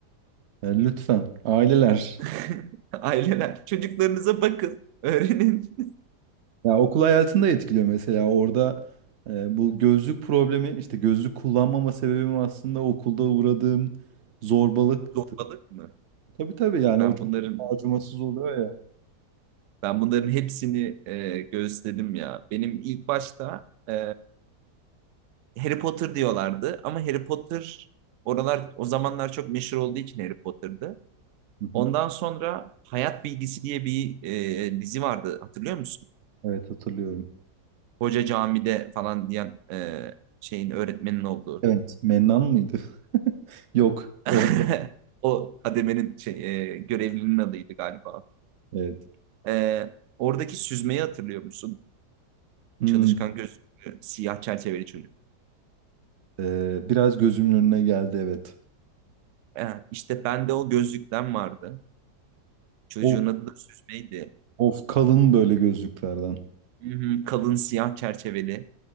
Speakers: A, on the right (about 55°); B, on the right (about 80°).
A: Yani lütfen aileler.
B: <laughs> Aileler çocuklarınıza bakın, öğrenin.
A: Ya okul hayatında etkiliyor mesela orada e, bu gözlük problemi işte gözlük kullanmama sebebim aslında okulda uğradığım zorbalıktı.
B: <laughs> Zorbalık mı?
A: Tabii tabii yani
B: Ben
A: o çok
B: bunların
A: acımasız oluyor ya.
B: <laughs> ben bunların hepsini e, gözledim ya. Benim ilk başta e, Harry Potter diyorlardı ama Harry Potter oralar o zamanlar çok meşhur olduğu için Harry Potter'dı.
A: Hı hı.
B: Ondan sonra Hayat Bilgisi diye bir e, dizi vardı hatırlıyor musun?
A: Evet hatırlıyorum.
B: Hoca camide falan diyen e, şeyin öğretmenin olduğu.
A: Evet. Mennan mıydı? <laughs> Yok. O
B: <laughs> O kademenin şey, e, görevlinin adıydı galiba.
A: evet.
B: E, oradaki süzmeyi hatırlıyor musun?
A: Hmm,
B: Çalışkan gözlüklü siyah çerçeveli çocuk.
A: e, biraz gözümün önüne geldi evet.
B: E, işte bende o gözlükten vardı. Çocuğun
A: Of
B: adı da süzmeydi.
A: of kalın böyle gözlüklerden.
B: Hı hı, kalın siyah çerçeveli.